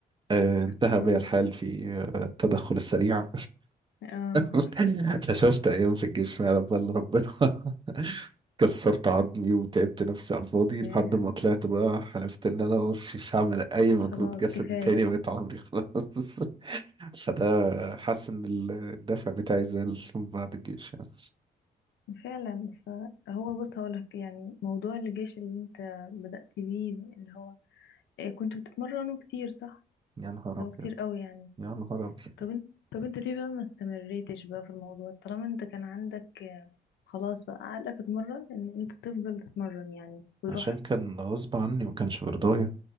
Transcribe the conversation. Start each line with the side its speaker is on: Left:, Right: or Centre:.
Right: آه، انتهى
Left: اه
Right: بي الحال في آه، التدخل السريع
Left: اه
Right: <laughs> لا شفت أيام في الجيش فعلا بل ربنا <laughs> كسرت عظمي وتعبت نفسي على الفاضي
Left: آه،
Right: لحد ما طلعت بقى حلفت ان انا بص مش هعمل اي مجهود
Left: خلاص
Right: جسدي
Left: كفاية
Right: تاني بقيت عمري خلاص <laughs> فده حاسس ان الدافع بتاعي زال بعد الجيش يعني
Left: فعلا فهو بص هقولك يعني موضوع الجيش اللي انت بدأت بيه اللي هو آه، كنت بتتمرنه كتير صح؟
Right: يا نهار
Left: اللي
Right: ابيض
Left: هو كتير قوي يعني
Right: يا نهار ابيض
Left: طب انت طب انت ليه بقى ما استمريتش بقى في الموضوع طالما انت كان عندك آه، خلاص بقى عقلك اتمرن ان انت تفضل تتمرن يعني وتروح
Right: عشان كان غصب عني ما كانش برضايا